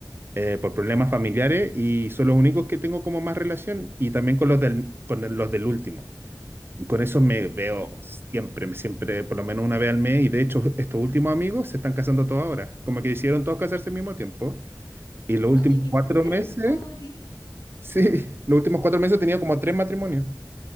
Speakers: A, on the right; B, on the left.
A: eh, por problemas familiares y son los únicos que tengo como más relación y también con los del, con el- los del último. Y con eso me veo
B: Ya.
A: siempre, siempre, por lo menos una vez al mes. Y de hecho, estos últimos amigos se están casando todos ahora. Como que hicieron todos casarse al mismo tiempo. Y los últimos
B: Oye, disfruta
A: cuatro meses,
B: eso,
A: <laughs> sí, los últimos cuatro meses he tenido como tres matrimonios.